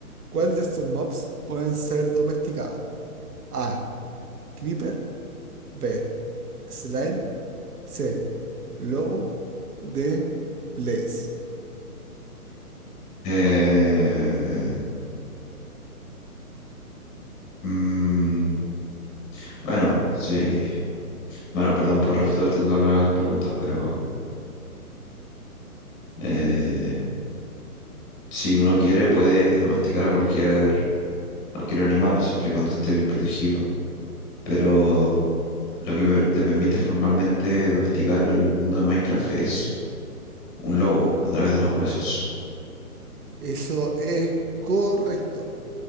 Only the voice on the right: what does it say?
¿Cuál de estos mobs pueden ser domesticados? A. Creeper. B. Slime. C. Lobo de Blaze.
Eso es correcto.